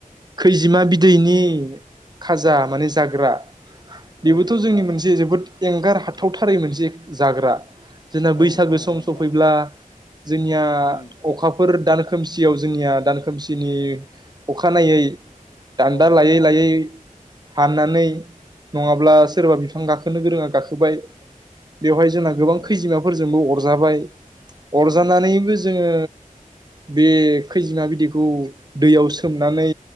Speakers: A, on the right; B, on the left.
A: खैजिमा बिदैनि खाजा माने जाग्रा बेबोथ
B: औ
A: जोंनि मोनसे जोबोद एंगार हाथावथारै मोनसे जाग्रा जोंना बैसागो
B: औ औ
A: सम
B: नंगौ
A: सफैब्ला जोंनिया
B: उम
A: अखाफोर दान खोमसियाव जोंनिया दान खोमसिनि अखानायै दान्दा
B: औ औ
A: लायै लायै हाननानै नङाब्ला सोरबा बिफां गाखोनो गोरोङा गाखोबाय बेवहाय जोंना गोबां
B: औ
A: खैजिमाफोरजोंबो अरजाबाय
B: औ
A: अरजानानैबो जोङो बे खैजिमा बिदैखौ दैयाव सोमनानै